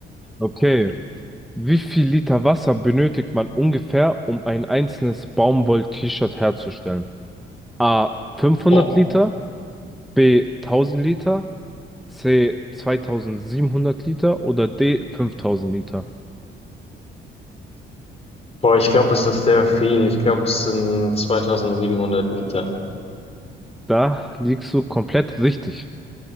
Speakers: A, in the centre; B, on the left.
A: Okay. Wie viel Liter Wasser benötigt man ungefähr, um ein einzelnes Baumwoll-T-Shirt herzustellen? A. 500
B: Ja.
A: Liter, B. 1000 Liter, C. 2700 Liter oder D. 5000 Liter?
B: Boah, ich glaube, es ist sehr viel. Ich glaube, es sind 2700 Liter.
A: Da liegst du komplett richtig.